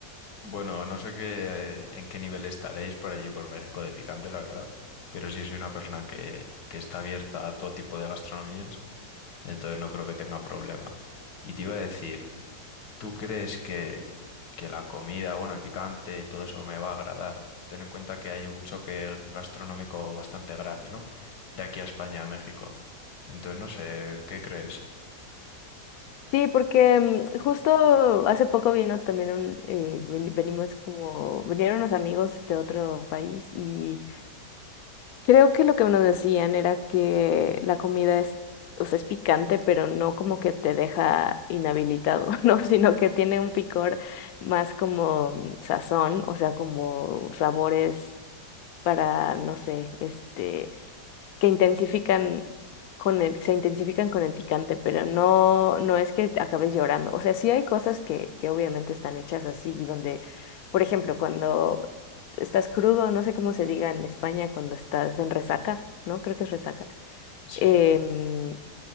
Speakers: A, on the left (about 85°); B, on the left (about 70°).
A: Bueno, no sé qué, eh, en qué nivel estaréis por allí, por México de picante, la verdad, pero sí soy una persona que, que está abierta a todo tipo de gastronomías. Entonces no creo que tenga problema. Y te iba a decir, ¿tú crees que, que la comida, bueno, el picante y todo eso me va a agradar? Ten en cuenta que hay un choque gastronómico bastante grande, ¿no? De aquí a España, a México. Entonces, no sé, ¿qué crees?
B: Sí, porque mm, justo hace poco vino también un, eh, veni- venimos como, vinieron unos amigos de otro país y Creo que lo que nos decían era que la comida es, o sea, es picante, pero no como que te deja inhabilitado, <laughs> ¿no? Sino que tiene un picor más como mm, sazón, o sea, como sabores para, no sé, este, que intensifican con el, se intensifican con el picante, pero no, no es que acabes llorando. O sea, sí hay cosas que, que obviamente están hechas así, donde, por ejemplo, cuando estás crudo, no sé cómo se diga en España cuando estás en resaca, ¿no? Creo que es resaca.
A: Sí,
B: Em,